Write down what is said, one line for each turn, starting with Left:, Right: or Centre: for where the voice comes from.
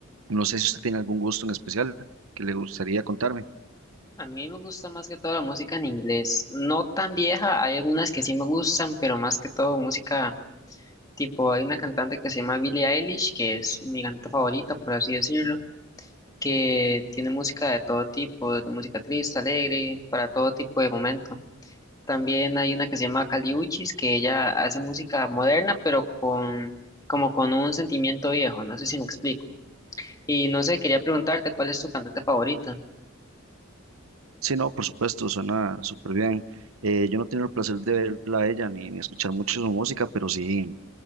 Right: No sé si usted tiene algún gusto en especial que le gustaría contarme.
Left: A mí me gusta más que todo la música en inglés, no tan vieja, hay algunas que sí me gustan, pero más que todo música tipo, hay una cantante que se llama Billie Eilish, que es mi cantante favorita, por así decirlo, que tiene música de todo tipo, de música triste, alegre, para todo tipo de momento. También hay una que se llama Kali Uchis, que ella hace música moderna, pero con como con un sentimiento viejo, no sé si me explico. Y no sé, quería preguntarte, ¿cuál es tu cantante favorita?
Right: Sí, no, por supuesto, suena súper bien. Eh, yo no he tenido el placer de verla a ella ni, ni escuchar mucho su música, pero sí.